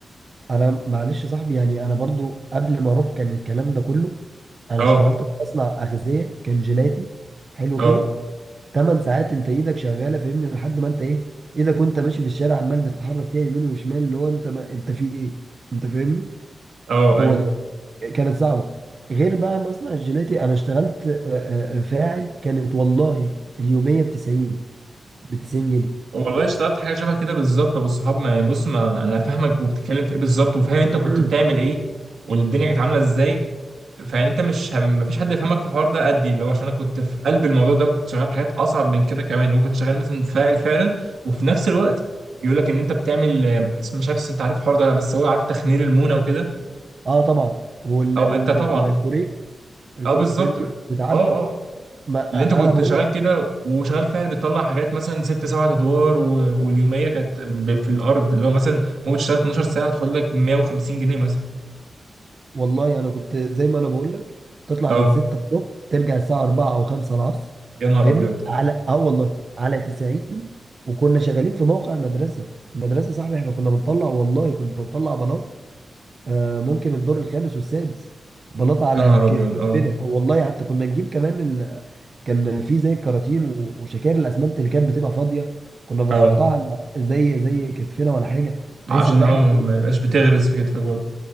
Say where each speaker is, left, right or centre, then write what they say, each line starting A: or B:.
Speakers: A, on the right; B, on the right.
A: انا معلش يا صاحبي يعني انا برضو قبل ما اروح كان الكلام ده كله انا
B: اه
A: اشتغلت في مصنع اغذيه كان جيلاتي حلو
B: اه
A: كده ثمان ساعات انت ايدك شغاله فاهمني لحد ما انت ايه ايدك وانت ماشي في الشارع عمال بتحرك فيها يمين وشمال اللي هو انت ما انت في ايه انت فاهمني
B: اه
A: والله
B: ايوه
A: كانت صعبه غير بقى مصنع الجيلاتي انا اشتغلت آه، آه، فاعل كانت والله اليوميه ب 90 ب 90 جنيه
B: والله اشتغلت حاجة شبه كده بالظبط أبو الصحاب ما يعني بص ما أنا فاهمك وبتتكلم في إيه بالظبط وفاهم أنت
A: <clears throat>
B: كنت بتعمل إيه والدنيا كانت عاملة إزاي فيعني انت مش هم... مفيش حد يفهمك في الحوار ده قدي اللي هو عشان انا كنت في قلب الموضوع ده وكنت شغال حاجات اصعب من كده كمان وكنت شغال مثلا فاعل فعلا وفي نفس الوقت يقول لك ان انت بتعمل آه، اسم- مش عارف انت عارف الحوار ده ولا لا بس هو عارف تخمير المونه وكده
A: اه طبعا وال...
B: او
A: وبالكوريك
B: انت طبعا اه
A: الكوريك
B: اه بالظبط
A: فاهمني
B: اه
A: بتعبي
B: اه
A: ما
B: اللي انت كنت
A: آه، انا بقول
B: شغال كده وشغال فاعل بتطلع حاجات مثلا ست سبعة ادوار و... واليوميه كانت ب- في الارض اللي هو مثلا ممكن تشتغل 12 ساعه تاخد لك 150 جنيه مثلا
A: والله انا كنت زي ما انا بقول لك تطلع
B: اه
A: من 6 الصبح ترجع الساعه 4 او 5 العصر
B: يا نهار
A: فاهمني
B: ابيض
A: على اه والله على 90 وكنا شغالين في موقع مدرسه المدرسه صاحبي احنا كنا بنطلع والله كنا بنطلع بلاط آه ممكن الدور الخامس والسادس بلاط على
B: يا نهار
A: ك-
B: ابيض
A: كتفنا
B: اه
A: والله حتى كنا نجيب كمان ال... كان في زي الكراتين و- وشكاير الاسمنت اللي كانت بتبقى فاضيه كنا بنحطها
B: اه
A: على زي زي كتفنا ولا حاجه بحيث
B: عشان
A: ان
B: اه
A: احنا
B: ما ما يبقاش بتغرز في كتفك برضه